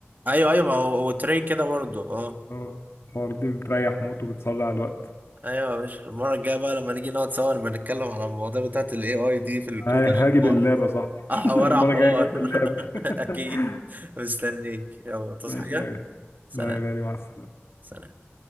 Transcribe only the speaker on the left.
اه الحوار دي بتريح موت وبتسرع الوقت
هاي- هاجي
باللاب
يا صاحبي <laughs>
انا المره
الجايه جاي باللاب
<laughs>
ماشي
يا غالي
لا يا غالي مع السلامه